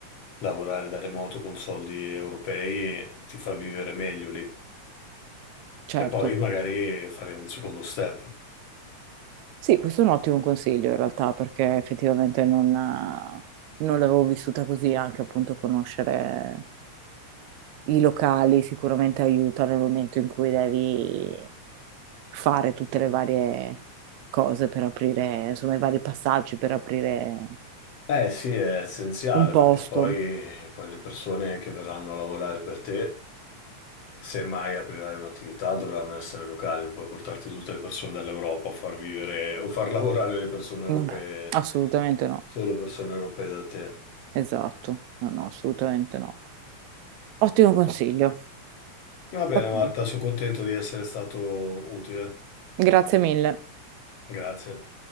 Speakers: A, on the left; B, on the right.
A: lavorare da remoto con soldi europei ti fa vivere meglio lì.
B: certo.
A: E poi magari fare un secondo step.
B: Sì, questo è un ottimo consiglio in realtà, perché effettivamente non, non l'avevo vissuta così, anche appunto conoscere i locali sicuramente aiuta nel momento in cui devi fare tutte le varie cose per aprire, insomma, i vari passaggi per aprire
A: Eh sì, è essenziale
B: un posto.
A: perché poi, poi le persone che verranno a lavorare per te Se mai aprirai un'attività dovranno essere locali, non puoi portarti tutte le persone dall'Europa a far vivere o far <laughs> lavorare le persone europee,
B: Vabbè, assolutamente no.
A: solo persone europee da te.
B: Esatto, no, no, assolutamente no. Ottimo consiglio.
A: Va bene,
B: Va bene.
A: Marta, sono contento di essere stato utile.
B: Grazie mille.
A: Grazie.